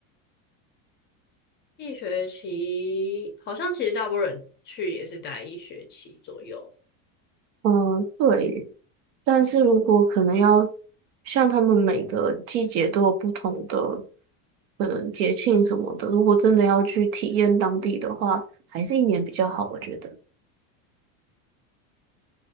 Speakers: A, on the left; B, on the right.
A: 一学期，好像其实大部分人去也是待一学期左右。
B: 嗯，对。但是如果可能要像他们每个季节都有不同的可能节庆什么的，如果真的要去体验当地的话，还是一年比较好，我觉得。